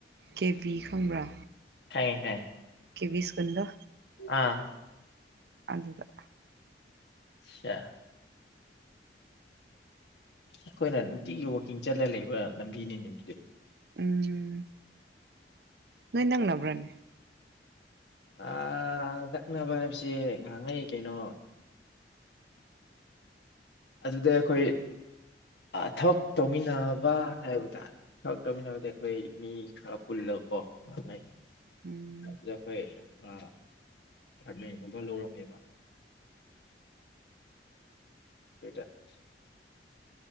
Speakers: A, on the right (about 60°); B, on the left (about 70°).
A: ꯀꯦꯕꯤ ꯈꯪꯕ꯭ꯔꯥ
B: ꯈꯪꯉꯦ ꯈꯪꯉꯦ
A: ꯀꯦꯕꯤ ꯏꯁꯀꯨꯜꯗꯨ
B: ꯑꯥ
A: ꯗꯨꯗ
B: ꯆꯥ ꯑꯈꯣꯏꯅ ꯅꯨꯡꯇꯤꯒꯤ ꯋꯛꯀꯤꯡ ꯆꯠꯂ ꯂꯩꯕ ꯂꯝꯕꯤꯅꯤꯅꯦ ꯑꯗꯨꯗꯤ
A: ꯎꯝ ꯅꯣꯏ ꯅꯛꯅꯕ꯭ꯔꯅꯦ
B: ꯑꯥꯗ ꯅꯛꯅꯕ ꯍꯥꯏꯕꯁꯦ ꯉꯍꯥꯟꯒꯩ ꯀꯩꯅꯣ ꯑꯗꯨꯗ ꯑꯩꯈꯣꯏ ꯑ ꯊꯕꯛ ꯇꯧꯃꯤꯟꯅꯕ ꯍꯥꯏꯕ ꯇꯥꯔꯦ ꯊꯕꯛ ꯇꯧꯃꯤꯟꯅꯕꯗ ꯑꯩꯈꯣꯏ ꯃꯤ ꯈꯔ ꯄꯨꯜꯂꯒꯀꯣ ꯑꯗꯨꯉꯩ
A: ꯎꯝ
B: ꯑꯗꯨꯗ ꯑꯈꯣꯏ ꯑ ꯄꯥꯔꯠꯃꯦꯟꯒꯨꯝꯕ ꯂꯧꯔꯝꯃꯦꯕ <unintelligible>